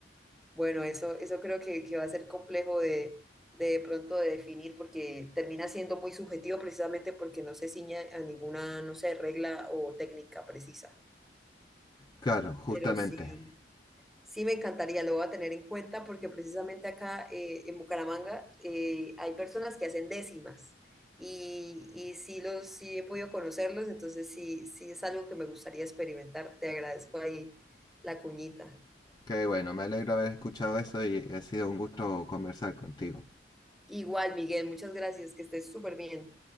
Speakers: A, in the centre; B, on the left (about 25°).
A: bueno, eso, eso creo que, que va a ser complejo de, de, de pronto de definir porque termina siendo muy subjetivo precisamente porque no se ciña a ninguna, no sé, regla o técnica precisa.
B: Claro, justamente.
A: Pero sí. Sí, me encantaría, lo voy a tener en cuenta porque precisamente acá eh, en Bucaramanga eh, hay personas que hacen décimas y, y sí, los, sí he podido conocerlos, entonces sí, sí es algo que me gustaría experimentar. Te agradezco ahí la cuñita.
B: Qué bueno, me alegro haber escuchado eso y ha sido un gusto conversar contigo.
A: Igual, Miguel, muchas gracias, que estés súper bien.